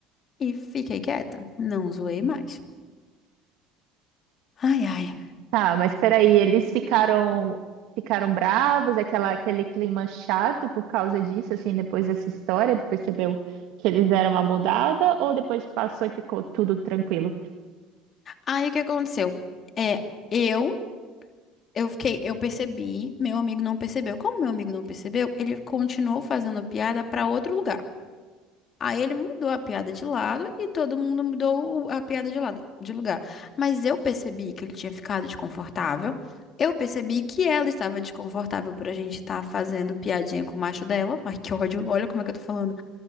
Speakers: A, on the left; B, on the right.
A: E fiquei quieta, não zoei mais. Ai, ai.
B: Tá, mas peraí, eles ficaram ficaram bravos, aquela, aquele clima chato por causa disso, assim, depois dessa história, tu percebeu que eles deram uma mudada, ou depois passou e ficou tudo tranquilo?
A: Aí o que aconteceu? É, eu, eu fiquei, eu percebi, meu amigo não percebeu. Como meu amigo não percebeu, ele continuou fazendo piada pra outro lugar. Aí ele mudou a piada de lado e todo mundo mudou o- a piada de lado, de lugar. Mas eu percebi que ele tinha ficado desconfortável. Eu percebi que ela estava desconfortável por a gente estar fazendo piadinha com o macho dela. Ai, que ódio. Olha como é que eu tô falando.